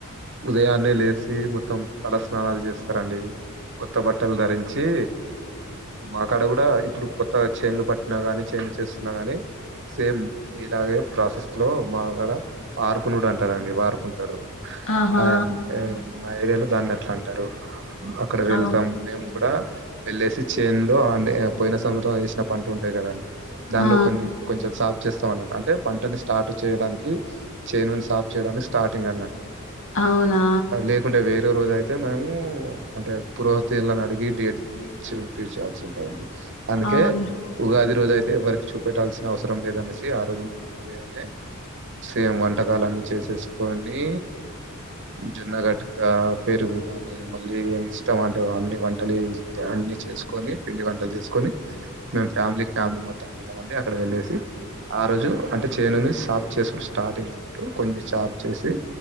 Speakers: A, on the right; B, on the left.
A: ఉదయాన్నే లేసి మొత్తం తల స్నానాలు చేస్తారండి కొత్త బట్టలు ధరించి మాకాడ గూడా ఇప్పుడు కొత్త చేడ్లు పట్టినా గానీ చేడ్లు చేస్తున్నా గానీ సేమ్ అదే ప్రాసెస్ లో మాగాడ ఆరుకునుడు అంటారండి వారుకుంటారు
B: ఆహా
A: అంటే మా ఏరియాలో దాన్ సంతారు అక్కడ వెళ్తాం
B: అవునా
A: మేము కూడా వెళ్ళేసి చేన్ లో అందే పోయిన సమత్సరం వేసిన పంట ఉంటాయి కదా అండి దానిలో
B: ఆ
A: కొన్ని కొంచెం సా అంటే పంటని స్టార్ట్ చేయడానికి చేనుని సాఫ్ చేయడానికి స్టార్టింగ్ అన్నట్టు
B: ఆ అవునా
A: అది లేకుంటే వేరే రోజు అయితే అయితే మేము అంటే పురోహతి ఇలను అడిగి డేట్ చూపించయాల్సి ఉంటదండి అందుకే
B: అవును
A: ఉగాది ఈరోజు అయితే వర్క్ చూపెట్టాల్సిన అవసరం లేదనేసి ఆ రోజు మేము పూజయి సేమ్ వంటకలున్ని చేసేసుకొని జొన్నగట్క పెరుగు కాని మళ్ళీ ఇష్టం అంటే అన్ని వంటలు అన్ని చేసుకొని పిండి వంటలు చేసుకొని మేము ఫ్యామిలీ ఫ్యామిలీ మొత్తం వెళ్తామ అండి అక్కడ వెళ్ళసి ఆ రోజు అంటే చేనుని సాప్ చేసడు స్టార్టింగ్ అన్నట్టు కొంచెం చాఫ చేసి